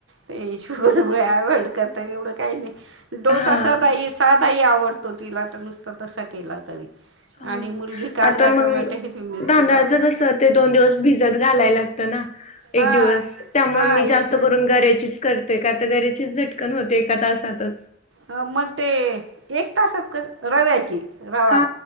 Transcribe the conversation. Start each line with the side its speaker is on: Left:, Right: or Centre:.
Right: ते शुगर अव्हाइड करता एवढं काही नाही डोसा
Left: हा
Right: स बाई साधाही आवडतो तिला तर नुसता तसा केला तरी
Left: हो
Right: आणि
Left: ना
Right: मुलगी कांदा
Left: आता मग
Right: टोमॅटो हिरवी मिरची
Left: तांदळाचं
Right: टाकून
Left: कस ते दोन दिवस भिजत घालाय लागतं ना
Right: हां
Left: एक दिवस त्यामुळ
Right: हां
Left: मी जास्त
Right: एक
Left: करून गऱ्याचीच करते का तर गऱ्याची झटकन होते एका तासातच
Right: हा मग ते एक तासात कसं रव्याची रवा
Left: हा